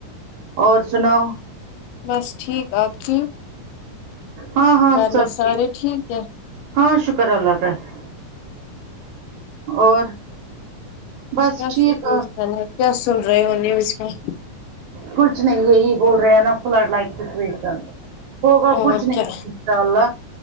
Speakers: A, on the right; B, on the left.
A: اور سناؤ
B: بس ٹھیک آپ ٹھیک
A: ہاں ہاں
B: گھر
A: سب
B: میں سارے ٹھیک ہیں
A: ہاں شکر اللہ کا ہے اور بس
B: کیا
A: ٹھیک
B: سچویشن ہے کیا سن رہے ہو نیوز میں
A: کچھ نہیں یہی بول رہے ہیں نا فلڈ لائک سچویشن ہوگا
B: اور
A: کچھ نہیں
B: کیا
A: ان شاء اللہ